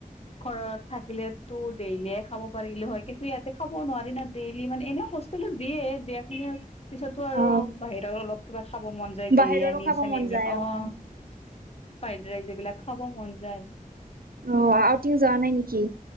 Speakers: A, on the left; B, on the right.
A: ঘৰত থাকিলে তো ডেইলিয়ে খাব পাৰিলো হয় কিন্তু ইয়াতে খাব নোৱাৰি না ডেইলি মানে এনেও হোষ্ট ষ্টেলত দিয়ে দিয়াখিনি আৰু পিছতো আৰু
B: অ
A: বাহিৰত অলপ কিবা খাব মন যায়
B: বাহিৰৰো
A: বিৰিয়ানী
B: খাব
A: চানী
B: মন
A: এইবিলাক
B: যায়
A: অঁ।
B: অ। <inaudible>
A: ফ্ৰাইড ৰাইজ এইবিলাক খাব মন যায়।
B: অ আউটিং যোৱা নাই নেকি